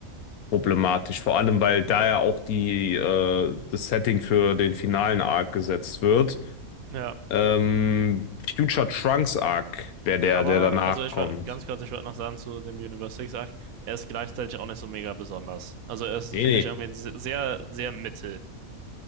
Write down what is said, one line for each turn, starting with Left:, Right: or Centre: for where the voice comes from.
Left: problematisch. Vor allem, weil da ja auch die, äh, das Setting für den finalen Arc gesetzt wird.
Right: <laughs> ja.
Left: Ähm, Future Trunks Arc wäre der,
Right: Aber,
Left: der danach
Right: also ich
Left: kommt.
Right: würde ganz kurz, ich würde noch sagen zu dem Universe Six-Arc, er ist gleichzeitig auch nicht so mega besonders. Also er ist,
Left: Nee,
Right: finde
Left: nee.
Right: ich, irgendwie ein se- sehr, sehr Mittelfeld